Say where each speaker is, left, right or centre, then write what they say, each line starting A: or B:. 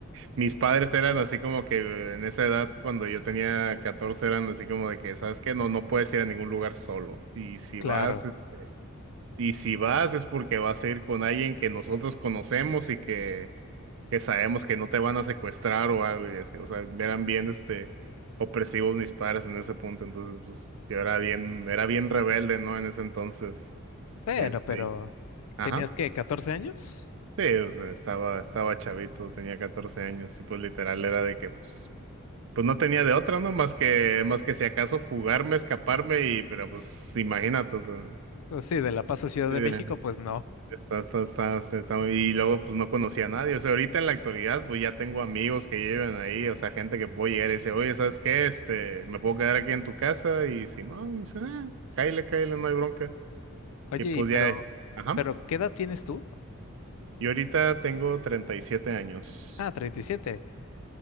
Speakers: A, on the right; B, on the left.
A: mis padres eran así como que en esa edad, cuando yo tenía 14 eran así como de que, ¿sabes qué? No, no puedes ir a ningún lugar solo. Y si
B: Claro.
A: vas, este, y si vas es porque vas a ir con alguien que nosotros conocemos y que, que sabemos que no te van a secuestrar o algo y así. O sea, eran bien, este, opresivos mis padres en ese punto. Entonces, pues, yo era bien, era bien rebelde, ¿no? En ese entonces,
B: Bueno,
A: este,
B: pero
A: ajá.
B: ¿tenías que 14 años?
A: Sí, o sea, estaba, estaba chavito, tenía 14 años y pues literal era de que, pues, Pues no tenía de otra, ¿no? Más que, más que si acaso fugarme, escaparme y, pero pues imagínate, o sea,
B: Pues sí, de La Paz a Ciudad
A: eh,
B: de México, pues no.
A: está, está, está, está- está- y luego pues no conocía a nadie, o sea, ahorita en la actualidad pues ya tengo amigos que llevan ahí, o sea, gente que puedo llegar y decir, oye, ¿sabes qué? Este, me puedo quedar aquí en tu casa y Simón, y dice, ah, cáile, cáile, no hay bronca.
B: Oye,
A: Y pues
B: y pero,
A: ya, eh, ajá,
B: pero ¿qué edad tienes tú?
A: y ahorita tengo 37 años.
B: Ah, 37.